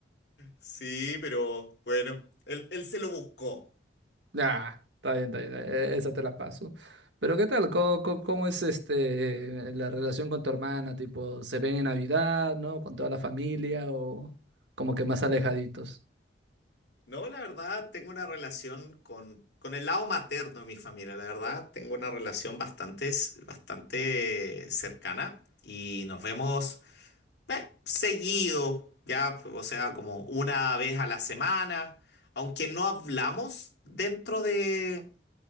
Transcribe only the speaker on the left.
Sí, pero bueno, él, él se lo buscó.
No, la verdad, tengo una relación con, con el lado materno de mi familia, la verdad, tengo una relación bastante, bastante cercana y nos vemos eh, seguido, ya, o sea, como una vez a la semana, aunque no hablamos dentro de,